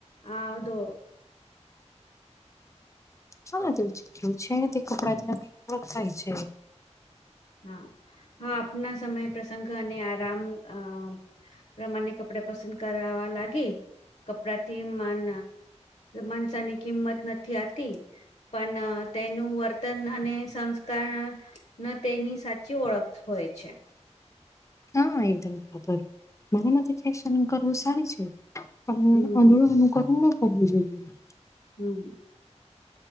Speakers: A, on the left; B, on the left.
A: હ આવધો.
B: હા તો ચીટું છે ને તે કપડા ઓળખ થાય છે.
A: હા હા આપના સમય પ્રસંગ અને આરામ અ. પ્રમાણે કપડે પસંદ કરવાવા લાગી કપડાથી મન. માનસાની કિંમત નથી આતી. પણ તેનું વર્તન અને સંસ્કાર. ન તેની સાચી ઓળખ હોય છે.
B: હા
A: હમ
B: એકદમ બરાબર મરા મ થ. કરવું
A: હમ
B: સારી છે પણ
A: હમ
B: આંધળું અનુકરણ ન કરવું જોઈએ
A: હમ